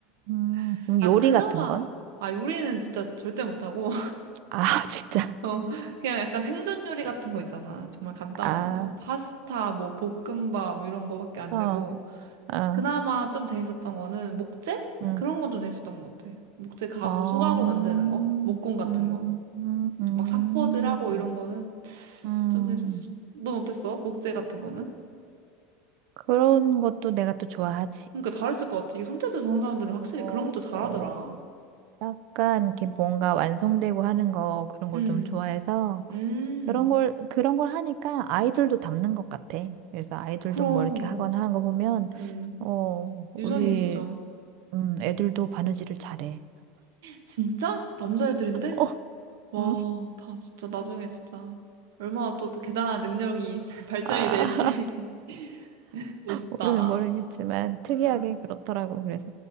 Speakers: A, on the right; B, on the right.
A: 음,
B: <laughs>
A: 그럼
B: 아,
A: 요리
B: 그나마,
A: 같은 건?
B: 아, 요리는 진짜 절대 못하고,
A: 아, <laughs> 진짜.
B: 어, 그냥 약간 생존 요리 같은 거 있잖아. 정말 간단한
A: 아,
B: 거. 파스타, 뭐, 볶음밥, 뭐 이런 거밖에 안
A: 어, 어,
B: 되고.
A: 어,
B: 그나마 좀 재밌었던 거는 목재?
A: 음,
B: 그런 건 좀 재밌었던 것 같아. 목재 가구,
A: 어,
B: 소가구
A: 음,
B: 만드는 거? 목공 같은
A: 음,
B: 거?
A: 음,
B: 막 사포질하고 이런 거는
A: 음.
B: 좀 재밌었어. 넌 어땠어? 목재 같은 거는?
A: 그런 것도 내가 또 좋아하지.
B: 그러니까 잘했을 것 같아. 이게 손재주 좋은 사람들은 확실히
A: 어,
B: 그런 것도 잘하더라.
A: 어, 약간 이렇게 뭔가 완성되고 하는 거 그런 걸
B: 음,
A: 좀 좋아해서
B: 음, 음.
A: 그런 걸 그런 걸 하니까 아이들도 닮는 것 같아. 그래서 아이들도
B: 그럼,
A: 뭐 이렇게 하거나 하는 거 보면
B: 음.
A: 어,
B: 유전이지,
A: 우리
B: 유전.
A: 음, 애들도 바느질을 잘해.
B: 진짜? 남자애들인데?
A: 어,
B: 와,
A: 음,
B: 다 진짜 나중에 진짜 얼마나 또 대단한 능력이 <laughs> 발전이
A: 아.
B: 될지 <laughs> 멋있다.
A: 모르, 모르겠지만 특이하게
B: 음,
A: 그렇더라고. 그래서